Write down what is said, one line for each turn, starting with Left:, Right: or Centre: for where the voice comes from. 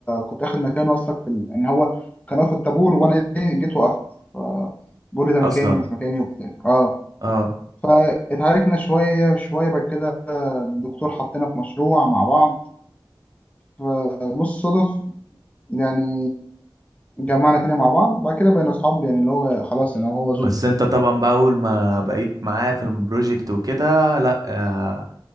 Left: كنت اخد مكانه اصلا في ال... ان هو كان واقف في الطابور وانا ايه جيت وقفت ف- بقول لي ده
Right: اصلا
Left: مكاني ومش مكاني وبتاع اه
Right: اه
Left: فاتعاركنا شويه شويه بعد كده الدكتور حطينا في مشروع مع بعض فبص صدف يعني جمعنا تاني مع بعض بعد كده بقينا اصحاب يعني اللي هو خلاص ان هو زمر
Right: بس انت طبعا بقى اول ما بقيت معايا في البروجكت وكده لا آه،